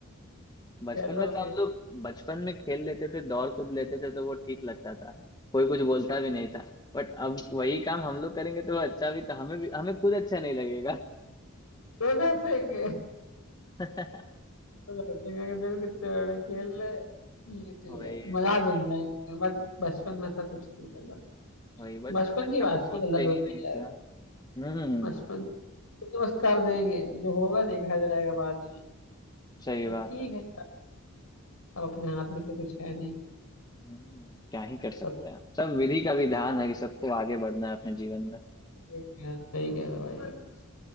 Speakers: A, on the left; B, on the left.
A: बचपन
B: कैसा
A: में
B: लगे
A: तो हम लोग बचपन में खेल लेते थे दौड़ कूद लेते थे तो वो ठीक लगता था कोई कुछ बोलता भी नहीं था बट अब वही काम हम लोग करेंगे तो वो अच्छा भी तो हमें भी हमें खुद अच्छा नहीं लगेगा
B: लोग हंसेंगे
A: <laughs>
B: लोग हंसेंगे कि देखो कितने बड़े बड़े खेल रहे हैं। ये चलिए
A: वही
B: मजाक बन जाएंगे बट बचपन में ऐसा कुछ नहीं करता
A: वही बचपन
B: बचपन
A: में इतना
B: की बात
A: कुछ सोचते
B: ही अलग होती
A: ही नहीं
B: है यार
A: थे हम्म
B: बचपन तो बस कर देंगे जो होगा देखा जाएगा बाद में
A: सही
B: पर
A: बात
B: ठीक
A: है
B: है यार, अब अपने हाथ में तो कुछ है नहीं
A: हम्म क्या ही कर सकते
B: सब
A: हैं सब विधि का विधान है कि सबको आगे बढ़ना है अपने जीवन में
B: सही कह रहे हो सही कह रहे हो भाई